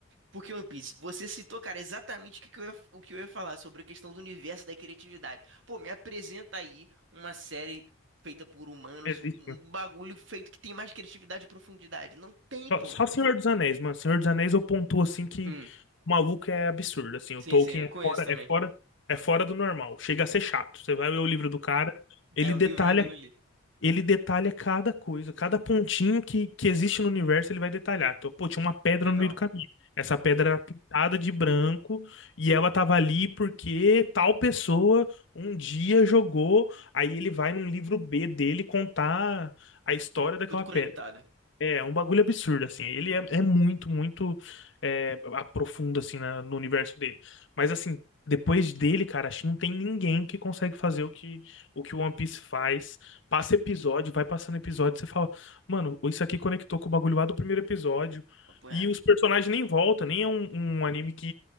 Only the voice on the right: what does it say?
Porque One Piece, você citou, cara, exatamente o que que eu ia, o que eu ia falar sobre a questão do universo da criatividade. Pô, me apresenta aí uma série feita por humanos,
um, um
bagulho feito que tem mais criatividade e profundidade. Não tem,
pô.
Hum,
sim,
sim, eu
conheço
também.
É, o
livro eu ainda não li.
Legal.
Tudo conectado.
Papo reto.